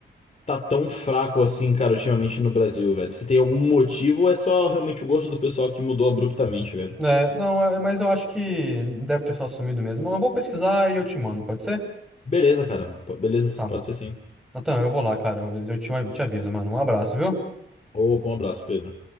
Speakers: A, on the left; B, in the centre.
A: tá tão fraco assim, cara, ultimamente no Brasil, velho. Você tem algum motivo ou é só realmente o gosto do pessoal que mudou abruptamente, velho?
B: É, não, é, mas eu acho que deve ter só sumido mesmo. Eu vou pesquisar e eu te mando, pode ser?
A: Beleza, cara, po- beleza,
B: Tá.
A: pode ser sim.
B: Natan, eu vou lá, cara. Eu, eu te, eu te aviso, mano. Um abraço, viu?
A: Opa, um abraço, Pedro.